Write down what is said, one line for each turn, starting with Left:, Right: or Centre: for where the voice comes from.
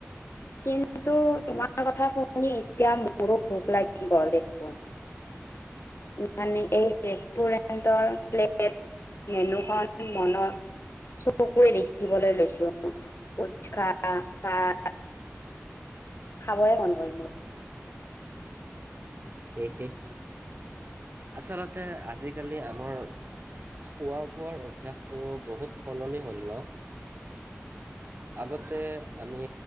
Left: কিন্তু তোমাৰ কথা শুনি এতিয়া মোৰো ভোক লাগি গ'ল দেখোন মানে এই ৰেষ্টুৰেণ্টৰ প্লেট মেনুখন মনৰ চকুৰে দেখিবলে লৈছো ফুচকা চাহ খাবয়ে মন গ'ল মোৰ
Right: এহে আচলতে আজিকালি আমাৰ খোৱা বোৱাৰ অভ্যাসটো বহুত সলনি হ'ল ন আগতে আমি